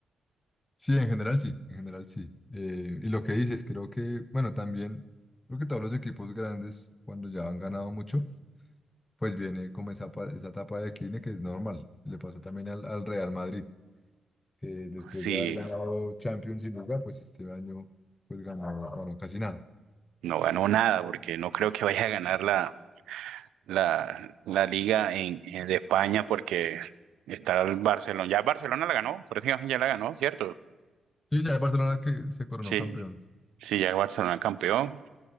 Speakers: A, on the left (about 25°); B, on the right (about 80°).
A: Sí, en general sí, en general sí. Eh, y lo que dices, creo que, bueno, también, creo que todos los equipos grandes, cuando ya han ganado mucho, pues viene como esa, pa- esa etapa de decline que es normal. Le pasó también al, al Real Madrid, que después
B: Sí,
A: de haber ganado Champions y Liga, pues este año pues ganó, ganó casi nada.
B: no ganó nada porque no creo que vaya a ganar la, la, la liga en, en- de España porque está el Barcelona. Ya Barcelona la ganó, prácticamente ya la ganó, ¿cierto?
A: Sí, ya el Barcelona que se coronó
B: Sí,
A: campeón.
B: sí, ya Barcelona campeón.